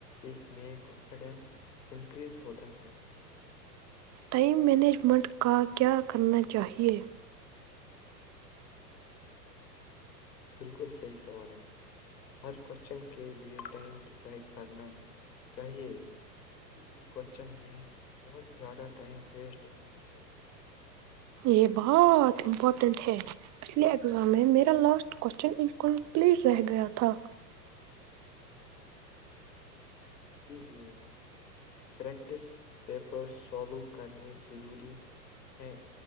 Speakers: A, on the left; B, on the right.
A: اس میں کانفیڈنس انکریز ہوتا ہے
B: ٹائم مینجمنٹ کا کیا کرنا چاہیے
A: بالکل صحیح سوال ہے ہر کوشچن کے لیے ٹائم ڈسائڈ کرنا چاہیے کسی بھی کوشچن میں بہت زیادہ ٹائم ویسٹ نہیں کرنا چاہیے
B: یہ بہت امپورٹینٹ ہے پچھلے ایگزام میں میرا لاسٹ کوشچن انکمپلیٹ رہ گیا تھا
A: اسی لیے پریکٹس پیپر سالو کرنے ضروری ہیں